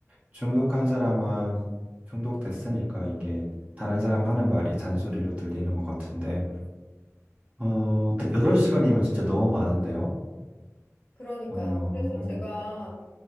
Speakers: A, on the right; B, on the left.
A: 중독한 사람은 중독됐으니까 이게 다른 사람 하는 말이 잔소리로 들리는 것 같은데. 어, 8시간이면 진짜 너무 많은데요?
B: 그러니까요.
A: 어,
B: 그래서 제가